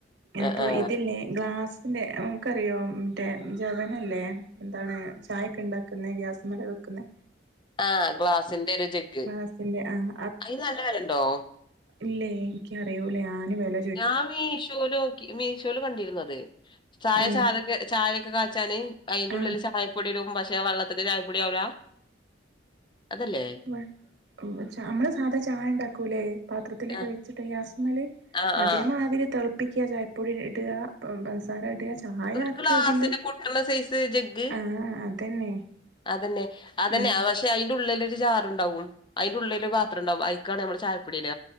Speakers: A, on the right (about 70°); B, on the left (about 25°).
A: അപ്പൊ
B: ആ ആ
A: ഇതില്ലേ ഗ്ലാസ് പിന്നെ നമുക്കറിയോ മറ്റേ ജവനല്ലേ എന്താണ് ചായൊക്കെ ഉണ്ടാക്കുന്നത് ഗ്യാസ് മല വെക്കുന്ന
B: ആഹ ഗ്ലാസിന്റെ ഒരു ജഗ്ഗ്
A: ഗ്ലാസിന്റെ ആഹ്
B: അതിന് നല്ല വിലഉണ്ടോ
A: ഇല്ലേ എനിക്ക അറിയൂല്ലേ ഞാന് വില
B: ഞാൻ മീശോല് നോക്കി മീശോല് കണ്ടിരുന്നത് അത് ചായ
A: ഏഹ്
B: ചായൊക്കെ കാച്ചാന് അയിന്റുള്ളില്
A: ആഹ്
B: ചായ പ്പൊടിടും പക്ഷെ വെള്ളത്തിക്ക് ചായപ്പൊടി ആവൂലാ അതല്ലേ
A: വ അമ്മ ച അമ്മള് സാധാ ചായ ഉണ്ടാക്കൂല്ലേ പാത്രത്തിലൊക്കെ
B: ആ
A: വെച്ചിട്ട് ഗ്യാസിമല്
B: ആ
A: അതേമാതിരി
B: ആ
A: തിളപ്പിക്കുക ചായപ്പൊടി ഇട ഇപ്പ പൻസാര അത്യ ചായ
B: ഒരു
A: ആക്ക്
B: ഗ്ലാസിന്
A: അതില്
B: പൊട്ടണ സൈസ് ജഗ്ഗ്
A: ആഹ് അതന്നെ
B: അതന്നെ അതന്നെ
A: ഉം
B: ആഹ് വർഷ് പക്ഷെ അതിന്റെ ഉള്ളിലൊരു ജാർ ഉണ്ടാവും അതിന്റെഉള്ളിൽ ഒരു പാത്രം ഉണ്ടാവും ആയിക്കാണ് നമ്മള് ചായപൊടിഇട